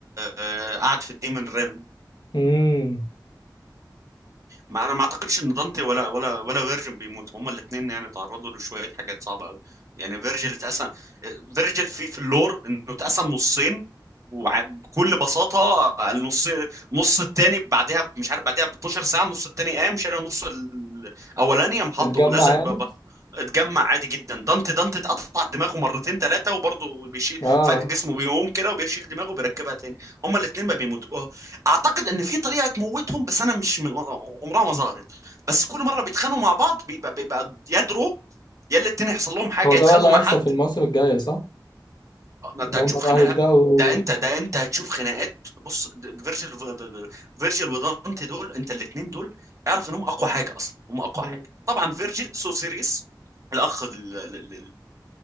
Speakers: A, on the right; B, on the left.
A: آه، قعد في الديمن ريلم
B: امم
A: ما انا ما اعتقدش ان دانتي ولا ولا ولا فيرجن بيموت هما الاثنين يعني تعرضوا لشويه حاجات صعبه قوي يعني فيرجل اتقسم فيرجل في في اللور انه اتقسم نصين وبكل بساطه النص نص التاني بعدها مش عارف بعدها ب 12 ساعه النص التاني قام شال النص الاولاني قام حطه
B: اتجمع
A: ولزق
B: يعني؟
A: بابا اتجمع عادي جدا دانتي دانتي اتقطع دماغه مرتين ثلاثه وبرضه بيشيل
B: اه
A: فجأة جسمه بيقوم كده وبيشيل دماغه وبيركبها تاني هما الاثنين ما بيموتوا اعتقد ان في طريقه تموتهم بس انا مش م- عمرها ما ظهرت بس كل مره بيتخانقوا مع بعض بيبقى, بيبقى يدروا يا اللي التاني يحصل لهم حاجه
B: هو ده
A: يتخانقوا
B: بقى اللي هيحصل
A: مع حد
B: في الموسم الجاي صح؟
A: آه، ده انت
B: ان
A: هتشوف
B: هم بقى
A: خناقه
B: هيبدأوا
A: ده انت ده انت هتشوف خناقات بص د- فيرجيل فيرجيل ودانتي دول انت الاثنين دول اعرف انهم اقوى حاجه اصلا هم اقوى
B: مم.
A: حاجه طبعا فيرجيل سو سيريس الاخ ال- ال- ال-